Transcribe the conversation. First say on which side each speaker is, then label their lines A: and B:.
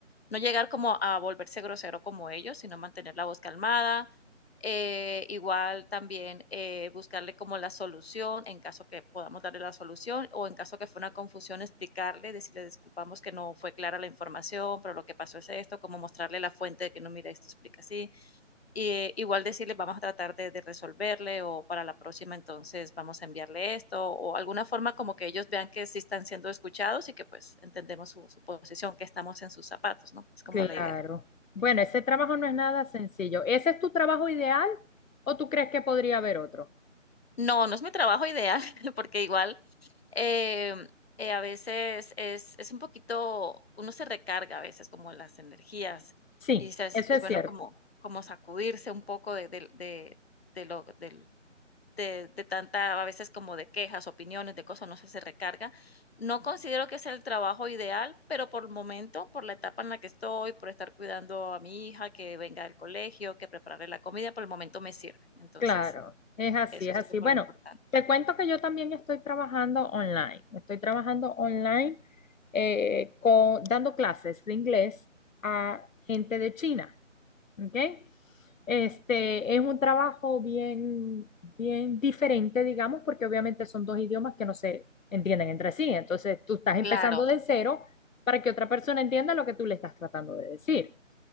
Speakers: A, on the left (about 50°); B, on the left (about 85°).
A: no llegar como a volverse grosero como ellos, sino mantener la voz calmada. Eh, igual también eh, buscarle como la solución, en caso que podamos darle la solución, o en caso que fue una confusión, explicarle, decirle disculpamos que no fue clara la información, pero lo que pasó es esto, como mostrarle la fuente de que no, mira, esto explica así y igual decirle, vamos a tratar de, de resolverle o para la próxima entonces vamos a enviarle esto o alguna forma como que ellos vean que sí están siendo escuchados y que pues entendemos su, su posición, que estamos en sus zapatos, ¿no? Es como
B: Claro.
A: la idea.
B: Bueno, ese trabajo no es nada sencillo. ¿Ese es tu trabajo ideal o tú crees que podría haber otro?
A: No, no es mi trabajo ideal <laughs> porque igual em, eh, a veces es, es un poquito, uno se recarga a veces como las energías
B: Sí,
A: y dice, es,
B: eso
A: es
B: es
A: bueno
B: cierto.
A: como, como sacudirse un poco de, del- de, de lo, del- de de tanta, a veces como de quejas, opiniones, de cosas, uno se recarga. No considero que sea el trabajo ideal, pero por el momento, por la etapa en la que estoy, por estar cuidando a mi hija que venga del colegio, que prepararle la comida, por el momento me sirve. Entonces,
B: Claro, es así,
A: eso
B: es
A: es
B: así.
A: como
B: Bueno,
A: lo importante.
B: te cuento que yo también estoy trabajando online. Estoy trabajando online eh, con- dando clases de inglés a gente de China. ¿ok? Este, es un trabajo bien, bien diferente, digamos, porque obviamente son dos idiomas que no se entienden entre sí. Entonces, tú estás empezando
A: Claro,
B: de cero para que otra persona entienda lo que tú le estás tratando de decir.